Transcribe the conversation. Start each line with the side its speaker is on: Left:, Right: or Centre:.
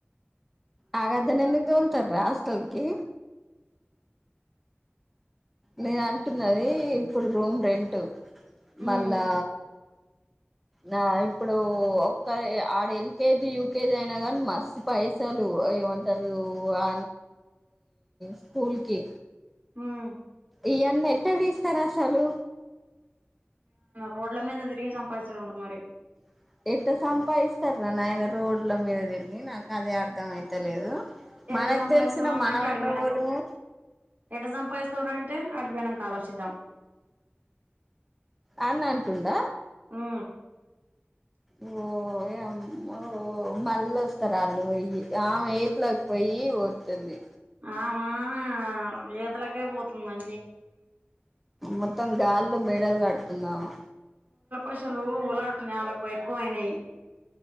Centre: ఆ గద్దను ఎందుకు దోల్తరు రా హాస్టల్కి నేను అంటున్నది ఇప్పుడు రూమ్ రెంట్ మళ్ళా
Right: ఉమ్
Centre: నా ఇప్పుడు ఒక్క ఆడ ఎల్ కేజీ యూకేజీ అయినా గనీ మస్తు పైసలు అవిఏమంటారు అ స్కూల్ కి
Right: హు హు
Centre: ఈ యన్ని ఎట్ట తీస్తారు అసలు
Right: రోడ్ల మీద తిరిగి సంపాదిస్తాడు అంట మరి
Centre: <unintelligible> సంపాదిస్తారా ఆయన రోడ్ల మీద తిరిగి నాకు అదే అర్థం అయితలేదు
Right: ఎట
Centre: మనకు
Right: సంపాదిస్తావన్నా
Centre: తెలిసిన మనమన్న
Right: అంటే అడికిపోయినంక
Centre: పోదుము
Right: ఏట సంపాదిస్తావురా అంటే అదికిపోయినంక ఆలోచిద్దాం
Centre: అని అంటుంద
Right: ఆ
Centre: ఓ యమ్మో మళ్ళ వస్తారు అళ్లు <unintelligible> ఆమె ఎయిట్లోకి పోయి వతుంది
Right: ఆమా <unintelligible> తులకే పోతుందండి
Centre: మొత్తం గాల్లో మేడలు కడుతుంది ఆమె
Right: అసులు ఉల్లాట నాలకు ఎక్కువ అయినాయి